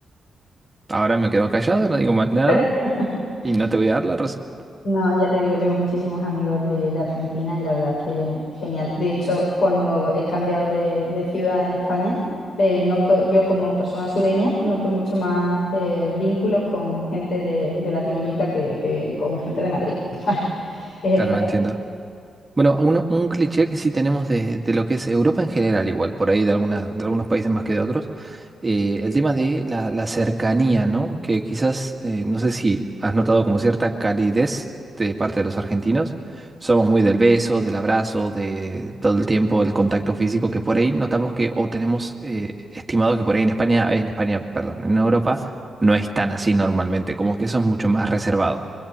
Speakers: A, on the right (about 25°); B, on the left (about 75°).
A: ahora me quedo callado, no digo más nada
B: <laughs>
A: y no te voy a dar la razón.
B: No, ya te digo, tengo muchísimos amigos de, de Argentina y la verdad es que genial. De hecho, cuando he cambiado de, de ciudad en España, eh, noto, yo como persona sureña, noto mucho más eh, vínculos con gente de, de Latinoamérica que, que con gente de Madrid, <laughs> ¿sabes? Es
A: Claro,
B: extraño.
A: entiendo. Bueno, un, un cliché que sí tenemos de, de lo que es Europa en general, igual, por ahí de, algunas, de algunos países más que de otros, eh, el tema de la, la cercanía, ¿no? Que quizás, eh, no sé si has notado como cierta calidez de parte de los argentinos. Somos muy del beso, del abrazo, de todo el tiempo, el contacto físico, que por ahí notamos que, o tenemos eh, estimado que por ahí en España, en España, perdón, en Europa no es tan así normalmente, como que eso es mucho más reservado